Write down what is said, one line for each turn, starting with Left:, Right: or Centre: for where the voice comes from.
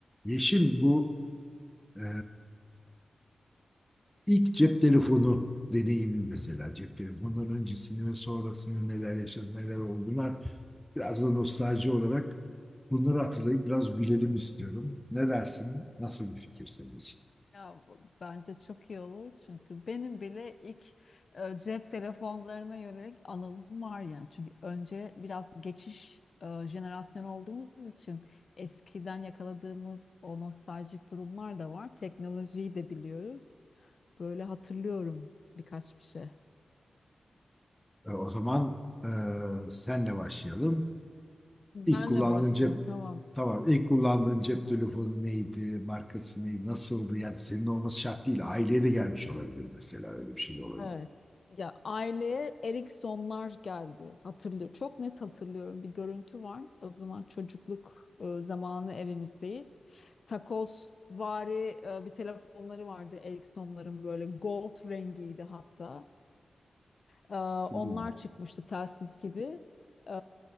Centre: Yeşim bu e, ilk cep telefonu deneyimi mesela cep telefonundan öncesini ve sonrasını neler yaşadı neler oldu bunlar biraz da nostalji olarak bunları hatırlayıp biraz gülelim istiyorum. Ne dersin? Nasıl bir fikir senin için?
Left: Ya bence çok iyi olur çünkü benim bile ilk e, cep telefonlarına yönelik anılım var yani. Çünkü önce biraz geçiş e, jenerasyonu olduğumuz için eskiden yakaladığımız o nostaljik durumlar da var. Teknolojiyi de biliyoruz. Böyle hatırlıyorum birkaç bir şey.
Centre: E, o zaman e,
Left: Aa,
Centre: senle başlayalım.
Left: Benle
Centre: İlk kullandığın
Left: başlayalım
Centre: cep
Left: tamam.
Centre: tamam ilk kullandığın cep telefonu neydi? Markası neydi? Nasıldı? Yani senin olması şart değil. Aileye de gelmiş olabilir mesela öyle bir şey de olabilir.
Left: Evet. Ya aileye Eriksonlar geldi. Hatırlıyor. Çok net hatırlıyorum. Bir görüntü var. O zaman çocukluk e, zamanı evimizdeyiz. Takoz vari e, bir telefonları vardı Eriksonların böyle gold rengiydi hatta. Ee,
Centre: Bu
Left: onlar çıkmıştı telsiz gibi. Ee,